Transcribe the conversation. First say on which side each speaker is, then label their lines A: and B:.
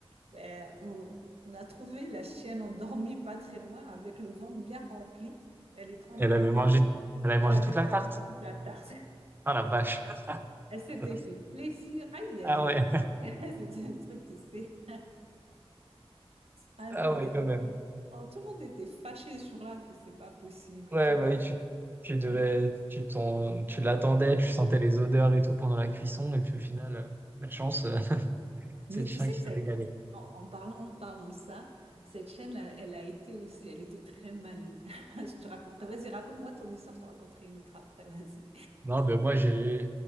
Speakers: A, on the right (about 80°); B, on the right (about 20°).
A: ben, on, on a trouvé la chienne endormie pas très loin, avec le ventre bien rempli. Elle était en
B: Elle
A: train
B: avait
A: de ronfler.
B: mangé, elle avait mangé
A: Elle avait
B: toute
A: mangé
B: la tarte?
A: toute la tarte.
B: Ah la vache.
A: Elle s'était
B: <laughs>
A: fait plaisir. Aïe, aïe,
B: Ah
A: aïe.
B: ouais.
A: <laughs> C'était le truc, tu sais. Ah
B: Ah
A: non, on
B: ouais,
A: était...
B: quand même.
A: oh, tout le monde était fâché sur là. Fait, C'est pas possible
B: Ouais,
A: et tout.
B: bah
A: Bah,
B: oui, tu, tu devais,
A: elle, elle-
B: tu t'en, tu l'attendais, tu sentais les odeurs et tout pendant la cuisson, et puis au final, euh, pas de chance,
A: Ouais.
B: euh, <laughs> c'est
A: Mais
B: le chien
A: tu sais
B: qui
A: que
B: s'est
A: c'est,
B: régalé.
A: en, en parlant, en parlant de ça, cette chaîne-là, elle a été aussi, elle était très maligne. <laughs> Je te raconterai, vas-y, raconte-moi ton histoire, je te raconterai une autre après, vas-y.
B: Non, ben moi, j'ai,